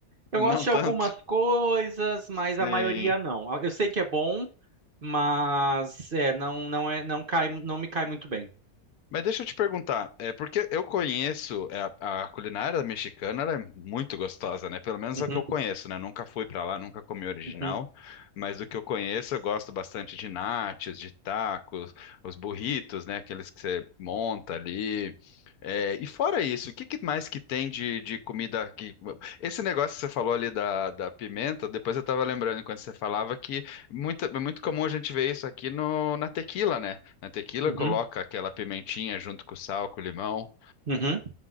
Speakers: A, on the right (about 45°); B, on the left (about 80°).
A: Eu
B: Não
A: gosto de
B: tanto?
A: algumas coisas, mas
B: Sim.
A: a maioria não. Eu sei que é bom, mas é, não, não é, não cai, não me cai muito bem.
B: Mas deixa eu te perguntar, é porque eu conheço é, a, a culinária mexicana, ela é muito gostosa, né? Pelo menos
A: Uhum,
B: a que eu conheço, né? Nunca fui pra lá, nunca comi original,
A: uhum,
B: mas do que eu conheço, eu gosto bastante de nachos, de tacos, os burritos, né? Aqueles que você monta ali. É, e fora isso, o que que mais que tem de, de comida que Esse negócio que você falou ali da, da pimenta, depois eu tava lembrando enquanto você falava que muito, é muito comum a gente ver isso aqui no, na tequila, né? Na tequila
A: uhum,
B: coloca aquela pimentinha junto com o sal, com o limão.
A: uhum.